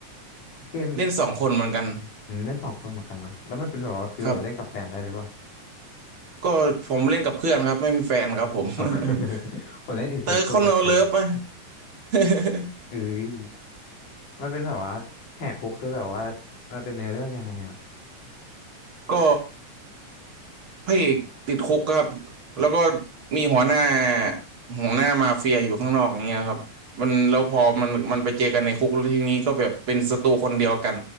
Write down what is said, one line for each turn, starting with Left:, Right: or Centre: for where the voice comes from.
Left: เกม
Right: เล่นสองคนเหมือนกัน
Left: อืมเล่นสองคนเหมือนกันเนอะแล้วมันเป็นแบบว่าฟีลแบบเล่นกับแฟนได้หรือเปล่า
Right: ครับก็ผมเล่นกับเพื่อนครับไม่มีแฟนครับผม
Left: อ๋อ <laughs>
Right: <laughs>
Left: ผมเล่น It
Right: เติร์กเขาโนเลิฟอะ
Left: Take Two กับแฟน
Right: <laughs>
Left: เอ้ยมันเป็นแบบว่าแหกคุกคือแบบว่ามันเป็นเนื้อเรื่องยังไงอะ
Right: ก็พระเอกติดคุกครับแล้วก็มีหัวหน้าหัวหน้ามาเฟียอยู่ข้างนอกอย่างเงี้ยครับมันแล้วพอมันมันไปเจอกันในคุกแล้วทีนี้ก็แบบเป็นศัตรูคนเดียวกัน